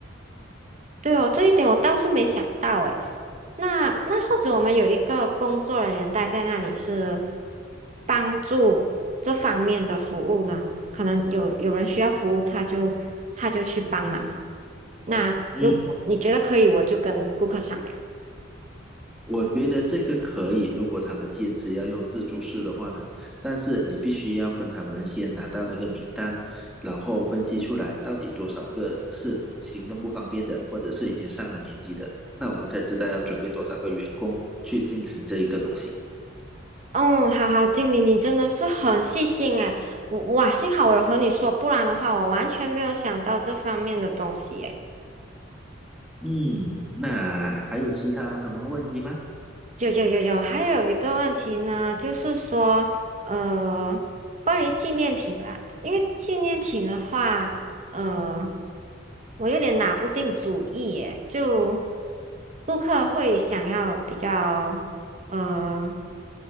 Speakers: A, on the right; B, in the centre.
A: 对哦，这一点我倒是没想到诶。那那或者我们有一个工作人员待在那里是帮助这方面的服务呢？可能有有人需要服务，他就他就去帮忙了。那如果你觉得可以，
B: 嗯，
A: 我就跟顾客商量。
B: 我觉得这个可以，如果他们坚持要用自助式的话呢，但是你必须要跟他们先拿到那个名单，然后分析出来到底多少个是行动不方便的，或者是已经上了年纪的，那我们才知道要准备多少个员工去进行这一个东西。
A: 哦，好好，经理，你真的是很细心诶。我哇，幸好我有和你说，不然的话，我完全没有想到这方面的东西诶。
B: 嗯，那还有其他什么问题吗？
A: 有有有有，还有一个问题呢，就是说，呃，关于纪念品啦，因为纪念品的话，呃，我有点拿不定主意耶，就顾客会想要比较，呃。